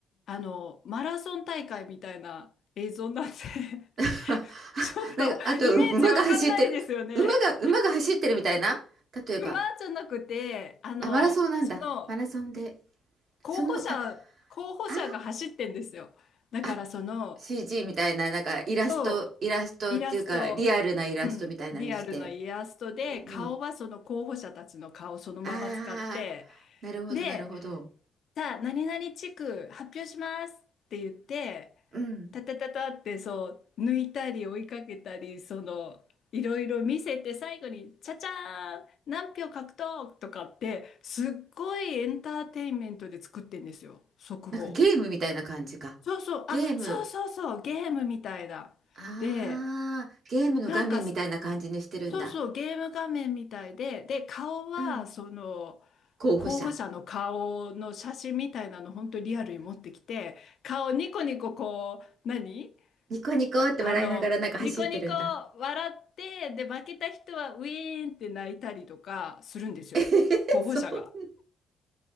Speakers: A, on the left; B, on the right.
A: あの、マラソン大会みたいな映像になって <laughs>
B: <laughs>
A: ちょっとイメージわかんないですよね。
B: なんか、あと、う馬が走ってる。馬が、馬が走ってるみたいな。例えば。
A: 馬じゃなくて、あの、
B: あ、マラソンなんだ。
A: その
B: マラソンで。
A: 候補者、
B: その、あ、
A: 候補者が走ってんですよ。
B: あ
A: だからその、
B: あ CG みたいな、なんかイラスト、
A: と、
B: イラストっていうか、
A: イラスト、
B: リアルなイラストみたいなのにして。
A: うん、リアルなイラストで、
B: うん。
A: 顔はその候補者たちの顔そのまま使って、
B: ああ、なるほど、
A: で、
B: なるほど。
A: さあ、何々地区発表しますって言って、
B: うん。
A: タタタタってそう、抜いたり追いかけたり、その、いろいろ見せて最後に、チャチャーン、何票獲得とかって、すっごいエンターテインメントで作ってんですよ、速報。
B: なんかゲームみたいな感じか。
A: そうそう、
B: ゲーム。
A: あ、そうそうそう、ゲームみたいな。
B: ああ、
A: で、
B: ゲームの画面みたいな感じにしてるんだ。
A: なんかそうそう、ゲーム画面みたいで、で、顔は、
B: うん。
A: その、
B: 候補者。
A: 候補者の顔の写真みたいなの、本当リアルに持ってきて、顔ニコニコこう、何
B: ニコニコって笑いながらなんか走ってるんだ。
A: あの、ニコニコ笑って、で、負けた人はウィーンって泣いたりとかするんですよ、
B: <laughs> えー、
A: 候補者が。
B: そんな、